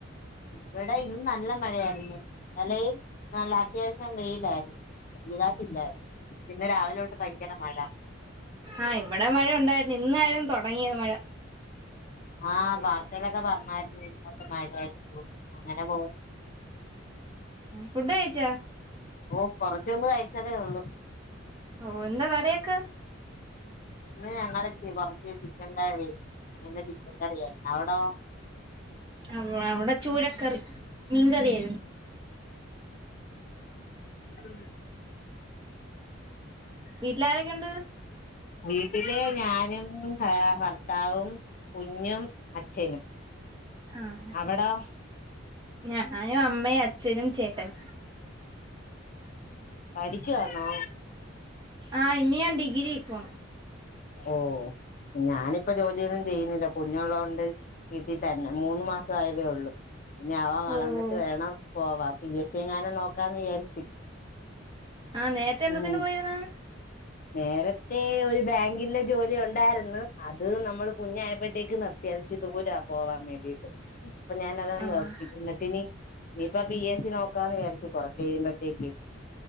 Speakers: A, on the left (about 40°); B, on the right (about 25°).
A: ഇവിടെ ഇന്ന് നല്ല മഴയായിരുന്നു ഇന്നലെയും നല്ല അത്യാവശ്യം വെയിലായിരുന്നു വലുതായിട്ടില്ലേ ഇന്ന് രാവിലെോട്ട് ഭയങ്കര മഴ
B: ആഹ ഇവിടെ മഴ ഉണ്ടായിരുന്നു ഇന്നായിരുന്നു തുടങ്ങിയത് മഴ
A: ആഹ് വാർത്തയിലൊക്കെ പറഞ്ഞായിരുന്നു ഇങ്ങോട്ട് മഴയായിരിക്കും അങ്ങനെ പോ <unintelligible>
B: ഫുഡ് കഴിച്ചാ
A: ഓ കുറച്ചുമുമ്പ്കഴിച്ചതെള്ളൂ
B: ഓ എന്താ കറിയൊക്കെ
A: ഇന്ന് ഞങ്ങള <unintelligible> ചിക്കൻകറി അങ്ങന ചിക്കൻ കറി അവിടോ
B: അ അവിടെ ചൂരക്കറി മീൻകറിയായിരുന്നു
A: ഉ
B: വീട്ടില് ആരൊക്കെ ഇണ്ട്
A: വീട്ടില് ഞാനും ഭ ഭർത്താവും കുഞ്ഞും അച്ഛനും
B: ആഹ്
A: അവിടോ
B: ഞാനും അമ്മേം അച്ഛനും ചേട്ടനും
A: പഠിക്ക്‌ വാന്നോ
B: ആഹ് ഇനി ഞാൻ ഡിഗ്രി പോണു
A: ഓ ഞാനിപ്പോ ജോലിയൊന്നും ചെയ്യുന്നില്ല കുഞ്ഞൊള്ളോണ്ട് വീട്ടിതന്നെ മൂന്ന് മാസം ആയതേ ഒള്ളൂ കുഞ്ഞാവ വളർന്നിട്ട്
B: ഓഹ്
A: വേണം പോവാ പി എസ് സി എങ്ങാനും നോക്കാന്ന് വിചാരിച്ച്
B: ആഹ് നേരത്തെ എന്താത്തിന്
A: ഉം
B: പോയിരുന്നു
A: നേരത്തെ ഒരു ബാങ്കിന്റെ ജോലി ഉണ്ടാര്ന്ന് അത് നമ്മള് കുഞ്ഞായപ്പഴതേക്ക് നിർത്തി അത് ഇച്ചിരി ദൂരാ പോവാൻ വേണ്ടീട്ട് അപ്പൊ ഞാൻ അത്
B: ആഹ്
A: നിർത്തി എന്നിട്ട്ഇനി ഇനിപ്പൊ പി എസ് സി നോക്ക്‌ ക്കാന്ന് വിചാരിച്ച് കൊറച്ച് കഴിയുമ്പോത്തേക്ക്